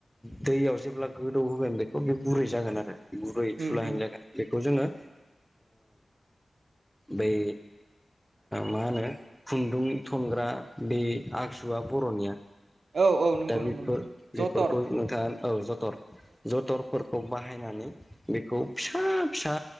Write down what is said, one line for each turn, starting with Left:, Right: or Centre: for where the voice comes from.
Centre: दैयाव जेब्ला गोदौ होगोन बेखौ बे गुरै जागोन आरो गुरै थुलााय
Right: उम उम
Centre: होननाय जागोन। बेखौ जोङो। बै मा होनो खुन्दुं थनग्रा ब आग फिसुआ बर'निया
Right: औ औ नंगौ
Centre: दा
Right: नंगौ
Centre: बेफोर
Right: नंगौ जथर
Centre: बेफोरखौ नोंथाङा औ जथर जथर खौ बाहायनानै बेखौ फिसा फिसा